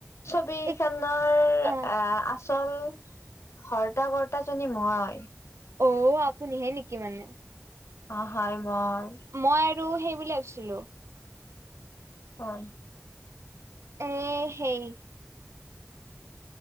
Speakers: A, on the left; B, on the right.
A: ছবিখনৰ
B: এক
A: এ
B: অ
A: আচল শৰ্তা কৰ্তাজনি মই।
B: অ আপুনিহে নেকি মানে?
A: অ হয় মই।
B: মই আৰু সেই বুলি ভাবিছিলোঁ।
A: হয়।
B: এই হেৰি